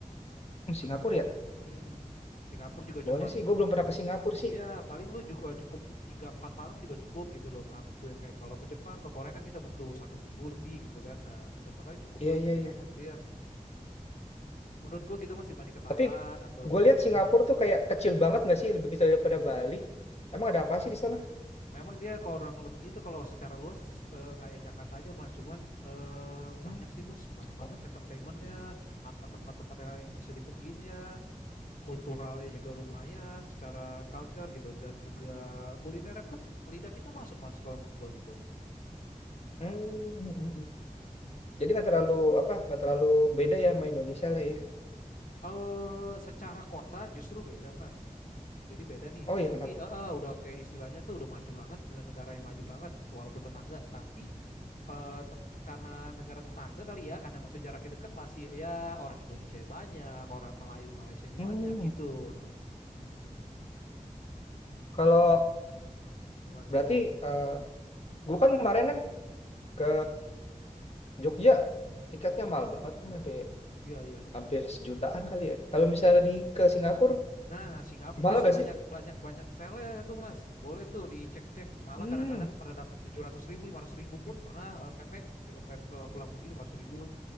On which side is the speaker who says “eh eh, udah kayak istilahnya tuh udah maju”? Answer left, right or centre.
Left